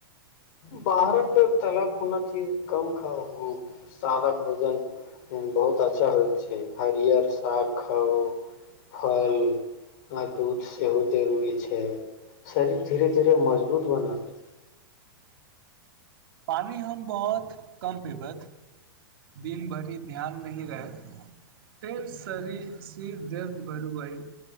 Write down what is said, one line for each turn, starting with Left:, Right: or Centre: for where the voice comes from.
Left: बाहर तालापूना चीज कम खाउ सादा भोजन बहुत अच्छा होय छै हरियर साग खाउ फल आ दूध सेहो जरूरी छै शरीर धीरे धीरे मजबूत बनत
Right: पानि हम बहुत कम पीबथ दिन भरि ध्यान नहि रहैत फेर शरीर सिर दर्द भर आए